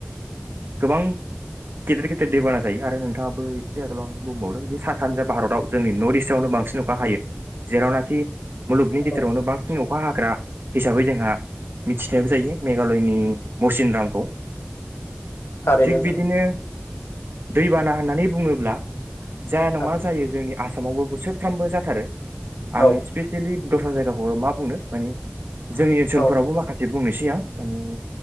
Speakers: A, on the right; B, on the left.
A: गोबां गेदेर गेदेर दैबाना जायो आरो नोंथाङाबो एसे आगोलाव बुंबावदों जे सा सानजा भारताव जोंनि नर्थ इस्ट आवनो बांसिन अखा हायो जेरावनाखि। मुलुगनि गेजेरावनो
B: नंगौ
A: बां सिन अखा हाग्रा हिसाबै जोंहा मिथिनायबो जायो मेघालयनि मौसिनरामखौ।
B: थारैनो
A: थिग
B: नोंथां
A: बिदिनो दैबाना होनो होननानै बुङोब्ला जाया
B: थारैनो
A: नङा जायो जोंनि सामावबो बोसोरथामबो जाथारो आङो
B: औ
A: <unintelligible> बै द'स्रा जायगाखौ मा बुंनो माने जोंनि ओनसोलफोरावबो
B: औ
A: माखासे बुंनोसै आं माने